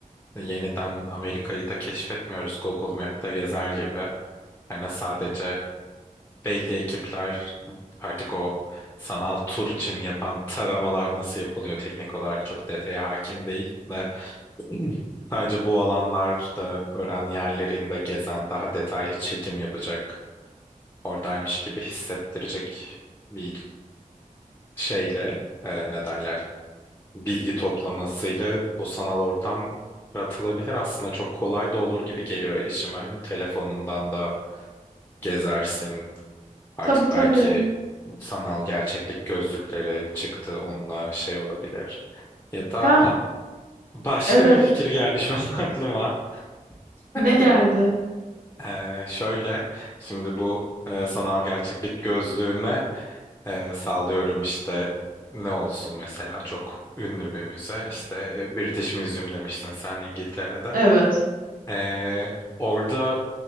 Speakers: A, on the left; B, on the right.
A: yeniden Amerika'yı da keşfetmiyoruz Google Map'te gezer gibi. Hani sadece belli ekipler artık o sanal tur için yapan taramalar nasıl yapılıyor teknik olarak çok detaya hakim değilim de <clears throat> sadece bu alanlarda öğren yerlerinde gezen daha detaylı çekim yapacak oradaymış gibi hissettirecek bir şeyle e, ne derler bilgi toplamasıyla bu sanal ortam yaratılabilir aslında çok kolay da olur gibi geliyor erişime. Hani telefonundan da gezersin Artık
B: Tabii tabii.
A: belki sanal gerçeklik gözlükleri çıktı onunla şey olabilir. Ya da
B: Ha,
A: a, başka
B: evet.
A: bir fikir geldi şu an <laughs> aklıma. <clears throat>
B: Ne geldi?
A: Ee, şöyle şimdi bu e, sanal gerçeklik gözlüğüne e, sallıyorum işte ne olsun mesela çok ünlü bir müze işte e, British Museum demiştin sen İngiltere'de.
B: Evet.
A: Ee, orada